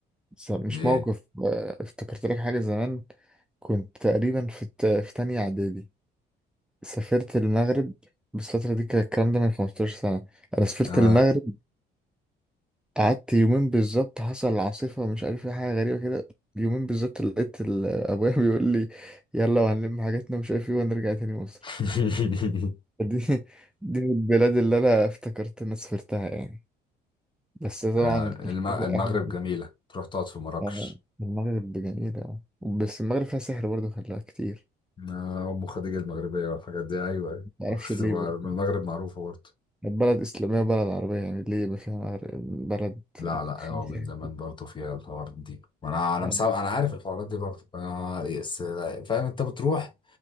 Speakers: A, in the centre; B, on the left (about 30°).
A: بس مش
B: ايه
A: موقف آه، افتكرت لك حاجه زمان كنت تقريبا في الت... في تانية اعدادي سافرت المغرب بس الفترة دي كان الكلام ده من 15 سنة أنا سافرت
B: اه
A: المغرب قعدت يومين بالظبط حصل العاصفة ومش عارف ايه حاجة غريبة كده يومين بالظبط لقيت ال- أبويا <laughs> بيقول لي يلا وهنلم حاجاتنا ومش عارف ايه ونرجع تاني مصر
B: <laughs>
A: دي <laughs> دي من البلاد اللي انا افتكرت اني سافرتها يعني بس طبعا
B: آه، الم-
A: مش فاكر
B: المغرب
A: اي حاجه فيها.
B: جميلة تروح تقعد في مراكش
A: آه، المغرب جميله آه. بس المغرب فيها سحر برضه خلاها كتير
B: آه، أم خديجة المغربية والحاجات دي أيوة أيوة.
A: معرفش
B: بس
A: ليه
B: هو
A: برضه
B: من المغرب معروفة برضه
A: بلد اسلاميه وبلد عربيه يعني ليه ما فيها مغرب بلد
B: لا لا
A: فيها
B: أيوة من
A: سحر
B: زمان برضه فيها الحوارات دي وأنا أنا
A: آه.
B: مسا... أنا عارف الحوارات دي برضه آه، بس لا، فاهم أنت بتروح